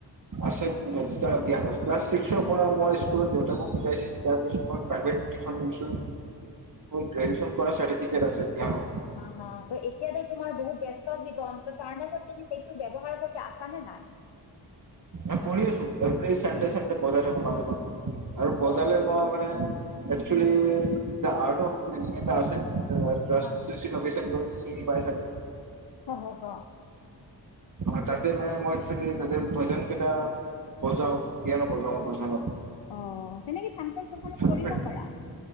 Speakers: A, on the right; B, on the left.
A: ক্লাছ ছিক্সৰ। ম মই স্কুলত দেউতা মোক শিকাইছিল। তাৰপিছত মই প্ৰাইভেট টিউচন দিছোঁ। গ্ৰেজুএচন কৰাৰ চাৰ্তিফিকেট আছে। পিয়ানো
B: অহ', - অহ ', এতিয়াত তোমাৰ বহুত ব্যস্তি তাৰ মাজত তুমি সেইটো ব্যৱহাৰ কৰি আছা নে নাই?
A: অঁ কৰি আছো এভেৰী চানডে চানডে বজাই থাকো মাজে মাজে। আৰু বজালে
B: অ
A: মই মানে এ। Actually the art of. এটা আছে
B: হা হা
A: চিচিভাবেচনটো। সেই পাই চাগৰ।
B: হ হ হ
A: অ তাতে মানে মই একচুৱেলি তাতে ভজন কেইটা। ভচা কিয় ন পচ ভচা ন।
B: অ তেনেকে ফাংচন চাংচন
A: ভজনত
B: কৰিব পাৰা